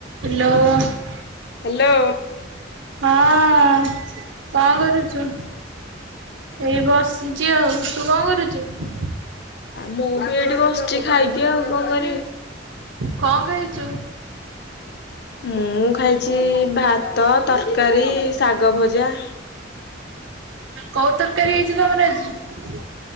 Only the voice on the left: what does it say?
ହାଲୋ।
ଆଉ ମୁଁ ବି ଏଇଠି ବସିଛି ଖାଇକି ଆଉ କଣ କରିବି।
ମୁଁ ଖାଇଛି ଭାତ ତରକାରୀ ଶାଗ ଭଜା।